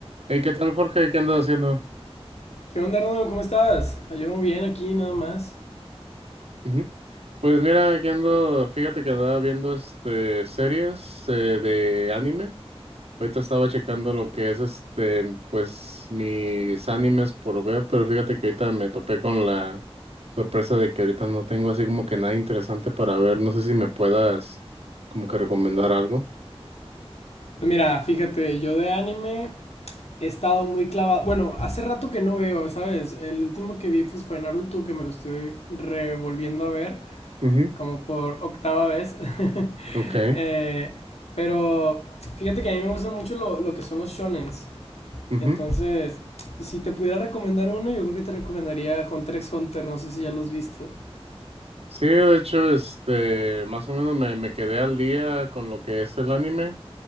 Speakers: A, on the right (about 75°); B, on the left (about 85°).
A: Hey, ¿qué tal, Jorge? ¿Qué andas haciendo?
B: ¿Qué onda, Arnold? ¿Cómo estás? Ah, Yo bien aquí, nada más.
A: Ujú. Pues mira, aquí ando, fíjate que andaba viendo este series eh, de anime. Ahorita estaba checando lo que es este, pues mis animes por ver, pero fíjate que ahorita me topé con la sorpresa de que ahorita no tengo así como que nada interesante para ver. No sé si me puedas como que recomendar algo.
B: Pues mira, fíjate, yo de anime he estado muy clavado. Bueno, hace rato que no veo, ¿sabes? El último que vi pues, fue Naruto, que me lo estoy revolviendo a ver,
A: Ujú.
B: como por octava vez. <laughs>
A: Ok.
B: Eh, pero fíjate que a mí me gustan mucho lo, lo que son los shonens.
A: ujú.
B: Entonces, si te pudiera recomendar uno, yo creo que te recomendaría Hunter x Hunter. No sé si ya lo has visto.
A: Sí, de hecho, este, más o menos me, me quedé al día con lo que es el anime.